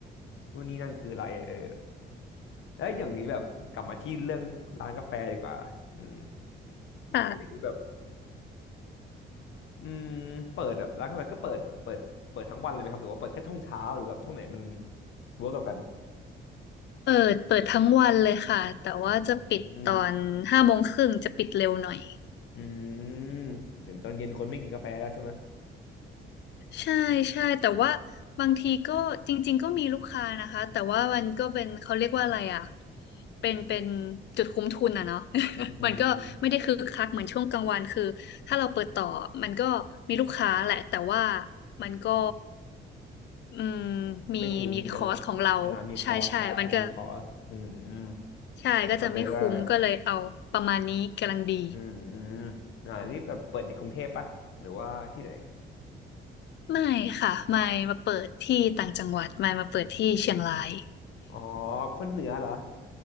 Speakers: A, on the left; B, on the left.
A: นู่นนี่นั่นคืออะไรเออแล้วอย่างนี้แบบกลับมาที่เรื่องร้านกาแฟดีกว่าอืม
B: ค่ะ
A: แล้วอย่างนี้แบบอืมเปิดแบบร้านกาแฟก็เปิดเปิดเปิดทั้งวันเลยไหมครับหรือว่าเปิดแค่ช่วงเช้าหรือแบบช่วงไหนมันเวิร์กกับกัน
B: เปิดเปิดทั้งวันเลยค่ะแต่ว่าจะปิดตอนห้าโมงครึ่งจะปิดเร็วหน่อย
A: อืมอืมตื่นตอนเย็นคนไม่กินกาแฟแล้วใช่ไหม
B: ใช่ใช่แต่ว่าบางทีก็จริงๆก็มีลูกค้านะคะแต่ว่ามันก็เป็นเขาเรียกว่าอะไรอ่ะเป็นเป็นจุดคุ้มทุนอ่ะเนาะ <laughs>
A: อืม
B: มันก็ไม่ได้คึกคักเหมือนช่วงกลางวันคือถ้าเราเปิดต่อมันก็มีลูกค้าแหละแต่ว่ามันก็อืมมีมีคอร์สของเราใช่ใช่มันก็
A: ไม่คุ้มใช่ไหมอ่ามีคอสใช่มีคอสอืมอืม
B: ใช่ก็จะไม่คุ้มก็เลยเอาประมาณนี้กำลังดี
A: อ่าเข้าใจได้อืมอืมอ่านี่แบบเปิดในกรุงเทพปะหรือว่าที่ไหน
B: ไม่ค่ะไม่มาเปิดที่ต่างจังหวัดไม่มาเปิดที่เชียงราย
A: อ๋อคนเหนือเหรอ